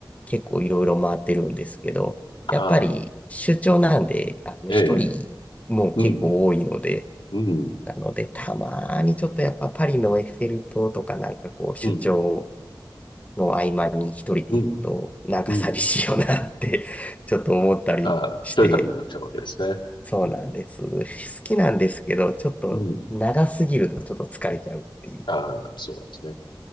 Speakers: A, on the left; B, on the left.
A: 結構いろいろ回ってるんですけど、
B: ああ、
A: やっぱり出張なんで、あの、
B: ええ、
A: 一人も結構多いので、
B: うん、うん、
A: なので、たまーにちょっとやっぱパリのエッフェル塔とかなんかこう、出張
B: うん、
A: の合間に一人で行くと、
B: うん、
A: なんか寂しいよなって
B: うん。
A: <laughs> ちょっと思ったりして、
B: ああ、一人旅になっちゃうわけですね。
A: そうなんです。
B: うん、うん、
A: 好きなんですけど、ちょっと長すぎるとちょっと疲れちゃうっていう。
B: うん。うんああ、そうなんですね。